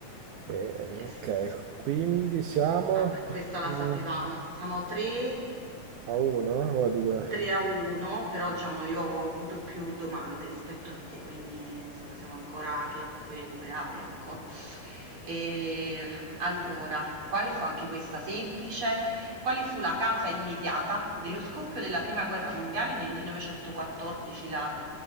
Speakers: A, on the right; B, on the right.
A: Eh,
B: yes.
A: ok, quindi siamo
B: Vabbè, questa la
A: mm,
B: sapevamo. Siamo 3,
A: a uno o a due?
B: 3 a 1, però diciamo io ho avuto più domande rispetto a te, quindi insomma siamo ancora che puoi recuperare, ecco. E allora, quale fu anche questa semplice? Quale fu la causa immediata dello scoppio della prima guerra mondiale nel 1914, la